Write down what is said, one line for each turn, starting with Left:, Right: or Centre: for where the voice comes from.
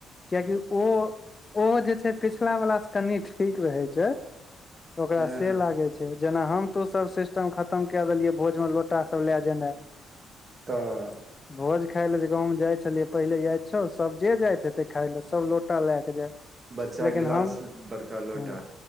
Left: कियाकि ओ ओ जे छै पिछला वला स कनी ठीक रहेै छै <inaudible> ओकरा
Right: हँ
Left: से लागे छै जेना हम तु सब सिस्टम खतम कै देलियै भोज में लोटा सब ले जेनै
Right: तऽ
Left: <inaudible> भोज खै खाय ले जे गाँव में जाय छेलिये पहिले याद छौ सब जे जात हेतेऽ खाय ले सब लोटा लै कऽ जाय
Right: बच्चा
Left: लेकिन
Right: गिलास
Left: हम
Right: बड़का लोटा
Left: हूँ